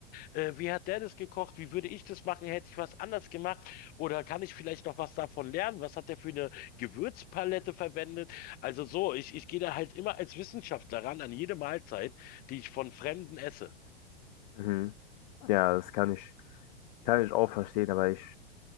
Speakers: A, on the left (about 30°); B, on the left (about 50°).
A: hm, äh, wie hat der das gekocht, wie würde ich das machen, hätte ich was anders gemacht oder kann ich vielleicht noch was davon lernen, was hat der für eine Gewürzpalette verwendet? Also so, ich, ich gehe da halt immer als Wissenschaftler ran an jede Mahlzeit, die ich von Fremden esse.
B: Mhm. Ja, das kann ich, kann ich auch verstehen, aber ich